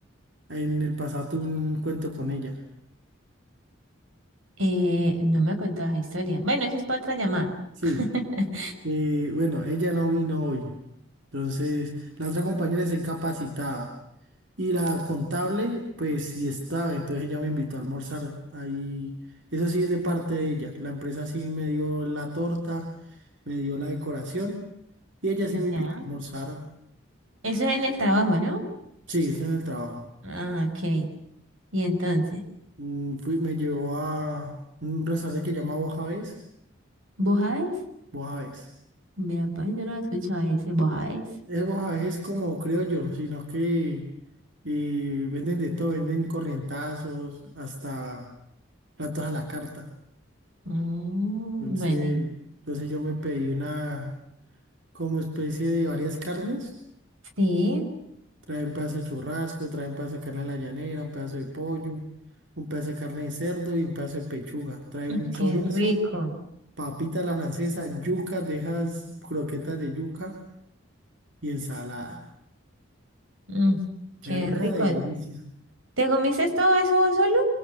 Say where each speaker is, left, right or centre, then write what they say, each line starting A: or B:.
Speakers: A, on the right; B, on the right.
A: en el pasado tuve un cuento con ella.
B: eh, no me contó esa historia. Bueno, eso es para otra llamada.
A: Sí.
B: <laughs>
A: Eh, bueno, ella no vino hoy. Entonces, la otra compañera es incapacitada. Y la contable, pues sí estaba. Entonces ella me invitó a almorzar. Ahí, eso sí es de parte de ella. La empresa sí me dio la torta, me dio la decoración. Y ella sí me
B: Ya.
A: invitó a almorzar.
B: Eso es en el trabajo, ¿no?
A: Sí, está en el trabajo.
B: Ah, ok. Y entonces,
A: Mm, fui- me llevó a un restaurante que se llama Bojavés.
B: ¿vos sabés?
A: Bojavés.
B: Mira, pues yo no he escuchado ese, ¿vos sabés?
A: Vemos a veces como criollos, sino que eh, venden de todo, venden corrientazos, hasta platos a la carta.
B: Mm,
A: Entonces,
B: bueno, y-
A: entonces yo me pedí una como especie de varias carnes.
B: sí.
A: Traen pedazo de churrasco, traen pedazo de carne a la llanera, un pedazo de pollo, un pedazo de carne de cerdo y un pedazo de pechuga. Trae
B: Mm,
A: un chorizo,
B: Qué rico.
A: papita a la francesa, yuca, dejas croquetas de yuca y ensalada.
B: Mm,
A: Es
B: qué
A: una
B: rico.
A: delicia.
B: ¿Te comiste todo eso vos solo?